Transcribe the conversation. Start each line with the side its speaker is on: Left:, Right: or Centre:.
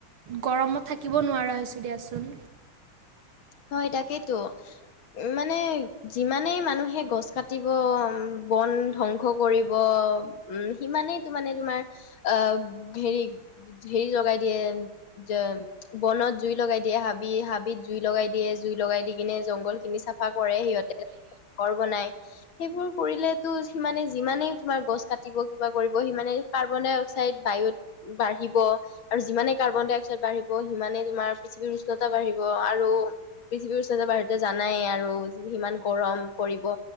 Right: গৰমত থাকিব নোৱাৰোঁ নোৱাৰা হৈছোঁ দিয়াচোন
Left: হয় তাকেতো মানে যিমানেই মানুহে গছ কাটিব বন ধ্বংস কৰিব অ উম সিমানেই তো মানে তোমাৰ অহ হেৰি হেৰি লগাই দিয়ে যে বনত জুই লগাই দিয়ে হাবি হাবিত জুই লগাই দিয়ে জুই লগাই দি কিনে জংঘল খিনি চাফা কৰে সিহঁতে ঘৰবনাই সেইবোৰ কৰিলে তো সিমানে যিমানেই তোমাৰ গছ কাটিব কিবা কৰিব সিমানে কাৰ্বন ডাই অক্সাইড বা বায়ুত বাঢ়িব আৰু যিমানে কাৰ্বন ডাই অক্সাইড বাঢ়িব সিমানে তোমাৰ পৃথিৱীৰ উষ্ণতা বাঢ়িব ক আৰু পৃথিৱীৰ ওচৰতে বাহিৰতে জানাই আৰু সিমান গৰম পৰিব